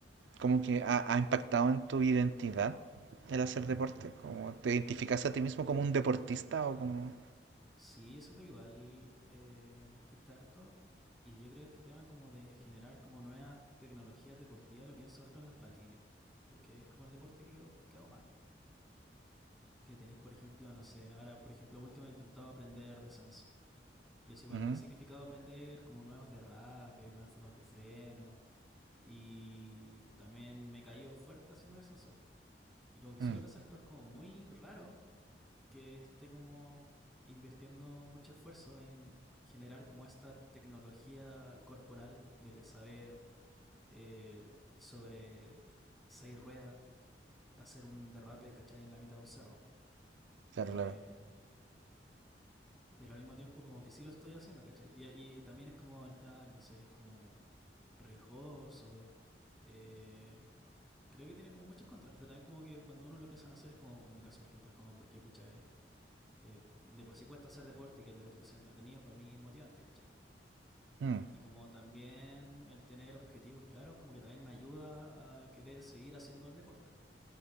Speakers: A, on the right; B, in the centre.
A: como que ha, ha impactado en tu identidad el hacer deporte? ¿Como te identificas a ti mismo como un deportista o como...?
B: Sí, yo siento que igual eh, afecta harto. Y yo creo que este tema como de generar como nuevas tecnologías deportivas lo pienso harto en los patines. Porque es como el deporte que, que hago más, po. Que tenéis, por ejemplo, no sé, ahora, por ejemplo, último he intentado aprender descenso. Y eso igual
A: Ujú.
B: me ha significado aprender como nuevos derrapes y nuevas formas de freno. Y también me he caído fuerte haciendo descenso. Y como que suelo
A: Mm,
B: pensar que es como muy raro que esté como invirtiendo mucho esfuerzo en generar como esta tecnología corporal del saber eh, sobre seis ruedas, hacer un derrape, ¿cachai? En la mitad de un cerro.
A: claro,
B: Eh,
A: claro.
B: pero al mismo tiempo como que sí lo estoy haciendo, ¿cachai? Y, y también es como el tema, que no sé, es como riesgoso. Eh, creo que tiene como muchas contras, pero también como que cuando uno lo piensa en hacer es como, en mi caso por ejemplo, es como porque pucha, eh, eh, de por sí cuesta hacer deporte y que el deporte sea entretenido, para mí es motivante, ¿cachai?
A: Mm,
B: Y como también el tener objetivos claros, como que también me ayuda a querer seguir haciendo el deporte.